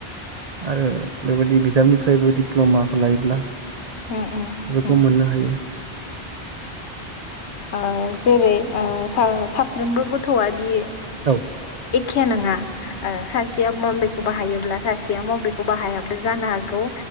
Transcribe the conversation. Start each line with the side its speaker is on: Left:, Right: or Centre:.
Right: आरो बेबायदि बिजाबनिफ्रायबो दिप्ल'माखौ लायोब्ला
Left: उम उम
Right: खौ
Left: उम
Right: मोननो हायो।
Left: आ जेरै आ सा साफ्रोमबो गथ'आदि
Right: औ औ
Left: एक खे नङा ओ सासेया मबेखौ बाहायोब्ला सासेया मबेखौ बाहायाबो जानो हागौ।